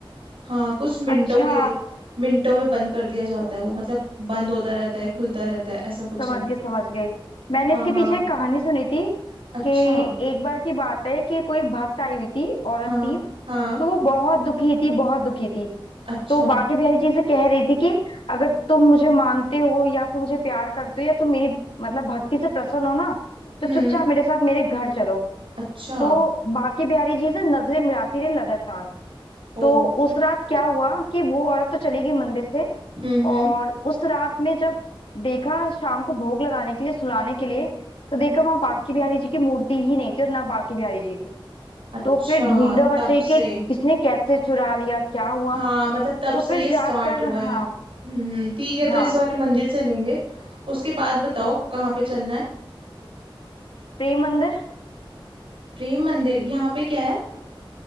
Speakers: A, on the right; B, on the left.
A: हाँ कुछ मिनटों
B: अच्छा
A: के लिए मिनटों में बंद कर दिया जाता है वो मतलब बंद होता रहता है खुलता रहता है ऐसा कुछ
B: समझ
A: है
B: गए समझ गए मैंने
A: हाँ
B: इसके
A: हाँ
B: पीछे एक कहानी सुनी थी
A: अच्छा
B: कि एक बार की बात है कि कोई भक्त आई हुई थी औरत
A: हाँ
B: थी
A: हाँ
B: तो वो बहुत दुखी थी बहुत दुखी थी
A: अच्छा
B: तो बाकी बिहारी जी से कह रही थी कि अगर तुम मुझे मानते हो या फिर मुझे प्यार करते हो या तुम मेरी मतलब भक्ति से प्रसन्न हो ना तो
A: हम्म
B: चुपचाप मेरे साथ मेरे घर चलो
A: अच्छा
B: तो बाकी बिहारी जी से नजरें मिलाती रही लगातार
A: ओ
B: तो उस रात क्या हुआ कि वो औरत तो चली गई मंदिर से
A: हम्म हम्म
B: और उस रात में जब देखा शाम को भोग लगाने के लिए सुलाने के लिए तो देखा वहां बाकी बिहारी जी की मूर्ति ही नहीं थी और ना बाकी बिहारी जी थे
A: अच्छा
B: तो फिर ढूंढा
A: तब
B: मचाई कि
A: से
B: किसने कैसे चुरा लिया क्या हुआ
A: हाँ मतलब तब
B: तो
A: से
B: फिर
A: ये
B: जाकर
A: स्टार्ट हुआ
B: हाँ
A: है हम्म हम्म, ठीक है
B: हाँ
A: तो इस वाले मंदिर चलेंगे उसके बाद बताओ कहाँ पे चलना है
B: प्रेम मंदिर
A: प्रेम मंदिर यहाँ पे क्या है